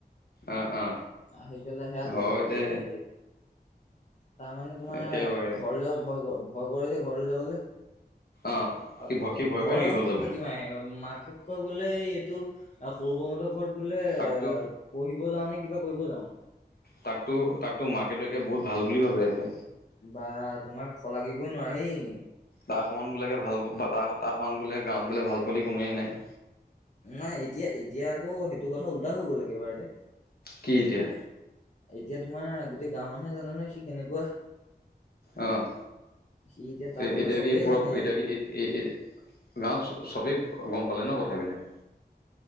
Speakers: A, on the left; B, on the left.
A: অ- অ।
B: আহি পেলাই সেয়া
A: হয়
B: কয়হি,
A: দে
B: এই তাৰমানে তোমাৰ
A: একেবাৰে
B: ঘৰলৈ যাব ভয়- ভয় কৰে যে ঘৰলৈ যাবলৈ।
A: অ,
B: আ-
A: কি ভয়
B: ঘৰৰ
A: কৰে নেকি
B: আকৌ
A: ঘৰত
B: কি
A: যাবলৈ
B: ফাঁকি মাৰে, আহে মাকে কয় বোলে এই এইটো আৰু সৰু বমতৰ ঘৰত বোলে,
A: তাকতো
B: এ পঢ়িব যাওঁ নে কিবা কৰিব যাওঁ।
A: তাকো- তাকতো মাকহেতে বহুত ভাল বুলি ভাবে। একে
B: বা তোমাক খলাগিবই নোৱাৰি। এই
A: তাৰ সমমান বোলোকে ভাল বা ত, তাৰমান বোলে গাওঁত বোলে, ভাল পোৱালী কোনোৱেই নাই।
B: নাই এতিয়া- এতিয়া আকৌ সেইটো কথা উল্টা হৈ গ'ল একেবাৰেতে।
A: কি এতিয়া?
B: এতিয়া তোমাৰ গোতেই গাঁওৰ মানুহে জানে ন, সি কেনেকুৱা।
A: অ'
B: সি এতিয়া তাৰ
A: এ,
B: কথা
A: এতিয়া
B: চবেই
A: কি পূৰা
B: জানে
A: এতিয়া কি এই- এই গাঁৱত চ-চবেই গম পালে ন, কথাবিলাক?